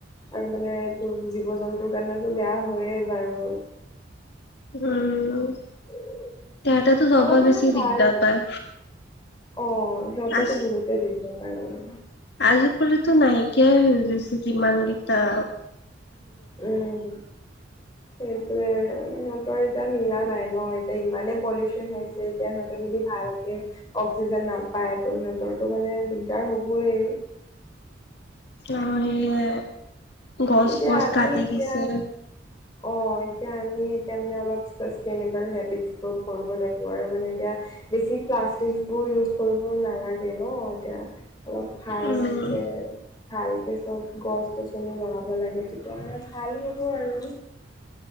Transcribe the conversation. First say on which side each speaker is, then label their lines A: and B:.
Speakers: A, on the left; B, on the left.
A: আৰু মানে তোৰ জীৱ-জন্তুৰ কাৰণেতো বেয়া হয়য়েই বাৰু।
B: <unintelligible>
A: <unintelligible>
B: তাহাঁতেতো চবৰ
A: অলপ মানে
B: বেছি
A: ভাল,
B: দিগদাৰ পায়
A: অ সিহঁতেতো
B: আজ
A: বহুতে দে। <unintelligible> কাৰণে
B: আজিকালিতো নাইকিয়াই হৈ গৈছে যিমান কেইটাপ।
A: উম। সেইটোৱে সিহঁতৰ এতিয়া মিলা নাই ন এতিয়া ইমানেই পলিউশ্যন হৈছে। এতিয়া সিহঁতে যদি ভালকে অক্সিজেন নাপায় ত' সিহঁতৰতো মানে দিগদাৰ হ'বই।
B: অ, সেয়ে গছ-বছ
A: এতিয়া আমি
B: কাটি
A: এতিয়া
B: দিছে।
A: অ এতিয়া আমি এতিয়া মানে অলপ চাষ্টেইনেবল হেবিটোৰ কৰিব লাগিব আৰু মানে এতিয়া - বেছি প্লাষ্টিক বোৰ ইউজ কৰিব নালাগে ন এতিয়া - অ ভালকে
B: উম
A: - ভালকে চব গছ-গছনি লগাব লাগে তেতিয়া হ'লে ভাল হ'ব আৰু।